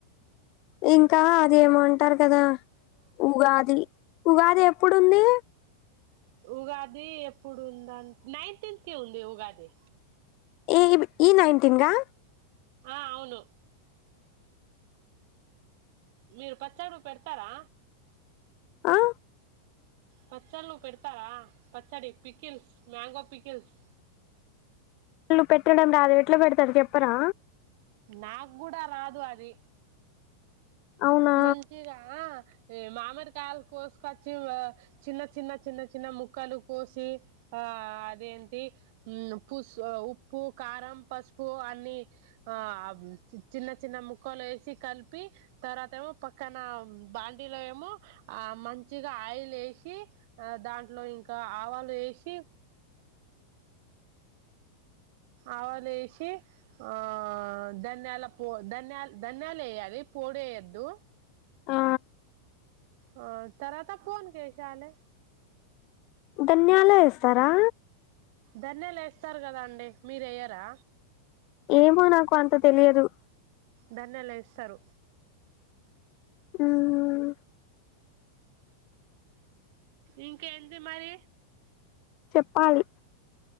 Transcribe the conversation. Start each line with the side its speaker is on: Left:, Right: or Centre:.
Left: ఇంకా అదేమంట పంటారు కదా ఉఊగాది ఉగాది ఎప్పుడుంది
Right: ఉగాది ఎప్పుడుంద నైన్టీన్త్ కి ఉంది ఉగాది
Left: ఏ ఈ నైన్టీన్గా
Right: ఆ అవును మీరు పచ్చరు పెడతారా
Left: ఆ
Right: పచ్చళ్ళు పెడతారా పచ్చడి పికిల్స్ మ్యాంగో పికిల్స్
Left: పెట్టడం రాదు ఎట్లా పెడతారు చెప్పరా
Right: నాకు కూడా రాదు అది
Left: అవునా
Right: మజరా మామిరికాయలు కోసుకొచ్చి చిన్న చిన్న చిన్న చిన్న ముక్కలు కోసి ఆ అదేంటి పుసు ఉప్పు కారం పసుపు అన్ని ఆ చిన్న చిన్న ముక్కలు వేసి కలిపి తర్వాత ఏమో పక్కన బాండీలో ఏమో ఆ మంచిగా ఆయిల్ వేసి ఆ దాంట్లో ఇంకా ఆవాలు వేసి ఆవాలు వేసి ఆ ధన్యాల ప ధన్యాలు ధన్యాలు వేయాలి తోడేయద్దు
Left: ఆ
Right: ఆ తరవాత ఫోన్ చేశాలే
Left: ధన్యాలు ఏస్తారా
Right: ధన్యాలేస్తారు కదండి మీరెయ్యరా
Left: ఏమో నాకు అంత తెలియదు
Right: ధన్యాలు ఏస్తారు
Left: ఉమ్మ్మ్
Right: ఇంకా ఏంది మరి
Left: చెప్పాలి